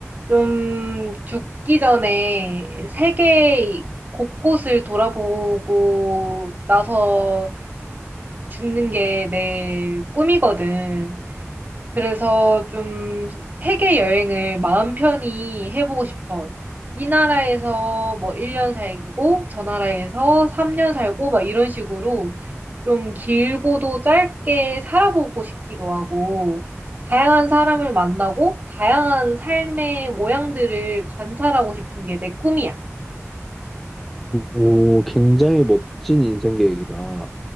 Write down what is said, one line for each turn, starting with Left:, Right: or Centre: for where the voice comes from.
Right: 좀 죽기 전에 세계 곳곳을 돌아보고 나서 죽는 게 내 꿈이거든. 그래서 좀 세계 여행을 마음 편히 해보고 싶어. 이 나라에서 뭐 1년 살고, 저 나라에서 3년 살고, 막 이런 식으로 좀 길고도 짧게 살아보고 싶기도 하고, 다양한 사람을 만나고, 다양한 삶의 모양들을 관찰하고 싶은 게 내 꿈이야.
Centre: 오, 굉장히 멋진 인생 계획이다.